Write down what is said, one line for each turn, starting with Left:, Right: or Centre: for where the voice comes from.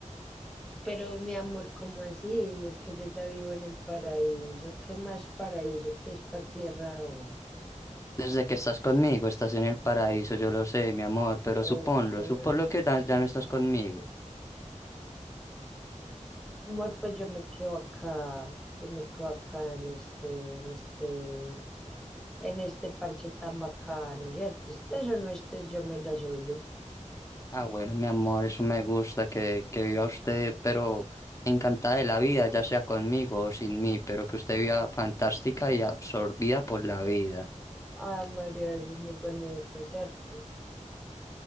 Centre: Pero mi amor, ¿cómo así? Si Es que yo ya vivo en el paraíso. ¿Qué más paraíso que esta tierra? hombre?
Left: Desde que estás conmigo, estás en el paraíso, yo lo sé, mi amor, pero
Centre: Oh,
Left: suponlo,
Centre: amor,
Left: suponlo que da- ya no estás conmigo.
Centre: Amor, pues yo me quedo acá. Yo me quedo acá en este, en este en este parche tan bacano, ¿cierto? Estés o no estés, yo me las oyo.
Left: Ah, bueno, mi amor, eso me gusta que, que viva usted, pero encantada de la vida, ya sea conmigo o sin mí, pero que usted viva fantástica y absorbida por la vida.
Centre: Ay, María, eso es muy bonito, ¿cierto?